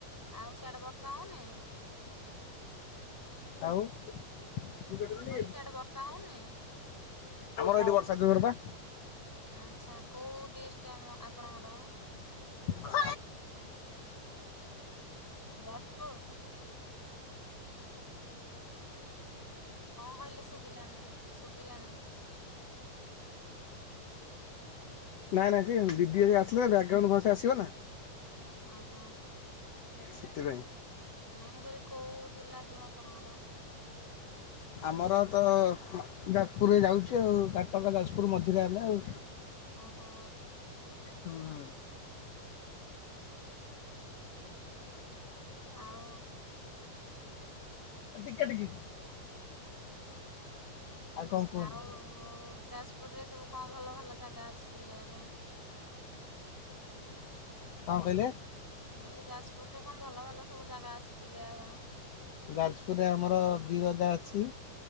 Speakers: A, in the centre; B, on the left.
A: ଆଉ ସିଆଡେ ବର୍ଷା ହଉନି।
B: ଆଉ <unintelligible> ଆମର
A: ମୁଁ କହିଲି ସିଆଡେ ବର୍ଷା ହଉନି?
B: ଏଇଠି ବର୍ଷା ଜୋରପା।
A: ଆଚ୍ଛା କୋଉ ଡିଷ୍ଟ ଆମ ଆପଣଙ୍କର?
B: <unintelligible> ହ
A: ଯାଜପୁର କଣ କହିଲେ, ଶୁଗିଲାନି ଶୁଗିଲାନି।
B: ନାଇଁ ନାଇଁ ସେ ଦିଦି ଘରିକା ଆସିଲେ ବ୍ୟାଗ୍ରାଉଣ୍ଡ ଭଏସ ଆସିବନା?
A: ଆଜ୍ଞା।
B: ସେଥିପାଇଁ।
A: ନାଇଁ ମୁଁ କହିଲି କୋଉ ଜିଲ୍ଲା ଯାଉ ଆପଣଙ୍କର?
B: ଆମର ତ ଯାଜପୁରରେ ଯାଉଚି ଆଉ କଟକ ଯାଜପୁର ମଝିରେ ଆମେ ଆଉ।
A: ଅଁହୋ।
B: ହୁଁ
A: ଆଉ।
B: ତ ଟିକେଟ କି କଣ କୁହନ୍ତୁ
A: ଆଉ ହଉ ଯାଜପୁରରେ ସବୁ କଣ ଭଲ ଭଲ ଜାଗା ଅଛି ବୁଲିବା ପାଇଁ?
B: କଣ କହିଲେ?
A: ମୁଁ କହିଲି ଯାଜପୁରରେ କଣ ଭଲ ଭଲ ସବୁ ଜାଗା ଅଛି ବୁଲେଇବା ପାଇଁ?
B: ଯାଜପୁରରେ ଆମର ବିରଜା ଅଛି